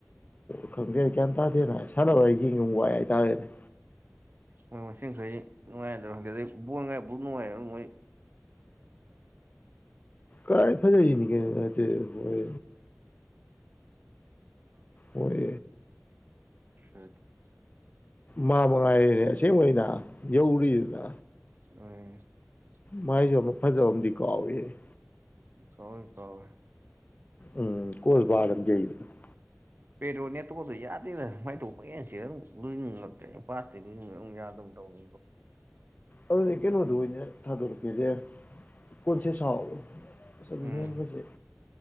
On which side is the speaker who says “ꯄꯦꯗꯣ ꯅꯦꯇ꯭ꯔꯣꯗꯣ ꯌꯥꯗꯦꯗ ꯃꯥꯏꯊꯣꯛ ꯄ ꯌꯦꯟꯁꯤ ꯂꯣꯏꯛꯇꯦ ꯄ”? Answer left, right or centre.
Right